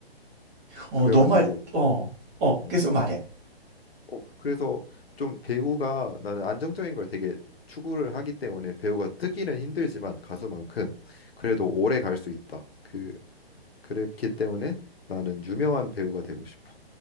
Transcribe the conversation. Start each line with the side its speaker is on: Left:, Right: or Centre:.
Right: 어,
Left: 그래가지고
Right: 너 말, 어, 어,
Left: 음.
Right: 계속 말해.
Left: 어 그래서 좀 배우가 나는 안정적인 걸 되게 추구를 하기 때문에 배우가 뜨기는 힘들지만 가수만큼 그래도 오래 갈 수 있다. 그 그렇기 때문에 나는 유명한 배우가 되고 싶어.